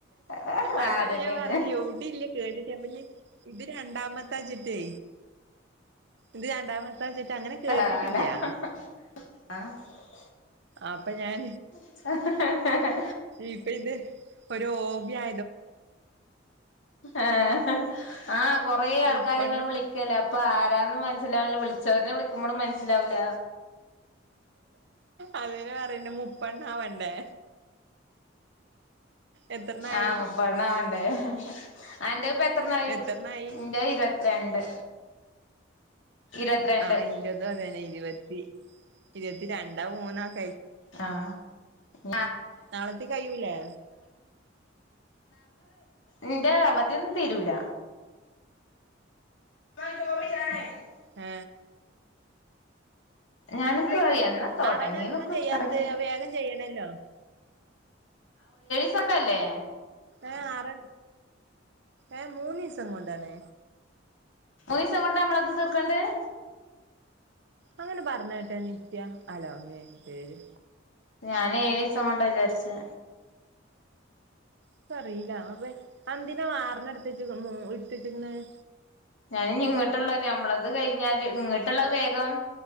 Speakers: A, on the left; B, on the right.
A: ആഹ്
B: അതന്നേ
A: അതന്നേണ്
B: ഞാൻ പറണ്ടിയെ എവിടീല്ല കേട്ടിട്ട് അപ്പഞ്ഞി ഇത് രണ്ടാമത്താച്ചിട്ടേ <unintelligible> <unintelligible> അങ്ങനെ കേട്ടിട്ടില്ല്യാ
A: ആഹ് അല്ല <unintelligible>
B: അപ്പ ഞാൻ
A: ആഹ്
B: ഇപ്പൊ ഇത് ഒരു ഹോബിയാ
A: ആ ആ കൊറേ ആൾക്കാര്ങ്ങനെ
B: മുപ്പെണ്ണം
A: വിളിക്കല്ലേ അപ്പൊ ആരാന്നും മനസ്സിലാവില്ല വിളിച്ചോരന്നേ വിളിക്കു മ്പളും മനസ്സിലാവില്ല
B: അതെന്നേ പറയണേ മുപ്പെണ്ണാവണ്ടേ എത്രണ്ണായി
A: ആ മുപ്പണ്ണാവണ്ടേ അന്റെ ഇപ്പ എത്രണ്ണായി
B: എത്രണ്ണായി
A: ഇന്റെ ഇരുപത്തിരണ്ട് ഇരുപത്തിരണ്ട്
B: ആ ഇൻ്റെതും അതന്നെ ഇരുവ ത്തി ഇരുവത്തി രണ്ടാ മൂന്നാക്ക
A: <unintelligible>
B: നാളത്തെ കഴൂലേ
A: ഇൻ്റെ അവധിയൊന്നും തീരൂല <unintelligible>
B: ആ
A: <unintelligible> തൊടങ്ങീന്ന്
B: അറണന്നും ചെയ്യാത്ത്
A: കറക്റ്റ്
B: അത് വേഗം ചെയ്യണല്ലോ
A: തോണ്ടല്ലേ
B: ഏ ആർ ഏ മൂന്നീസം കൊണ്ടാണ്
A: മൂന്നീസം കൊണ്ടാ അമ്മളത് തീർക്കണ്ട് <inaudible>
B: അങ്ങനെ പറഞ്ഞ കേട്ടെ നിത്യ അലോ അമ്മേ പേര്
A: ഞാന് ഏഴീസം കൊണ്ടാ വിചാരിച്ച്
B: ഇക്കറീല ആവേ അന്തിനാ <unintelligible>
A: ഞാനിഞ്ഞി ഇങ്ങട്ട്ള്ള ഞമ്മളത് കഴിഞ്ഞാല് ഇങ്ങട്ട്ള്ള വേഗം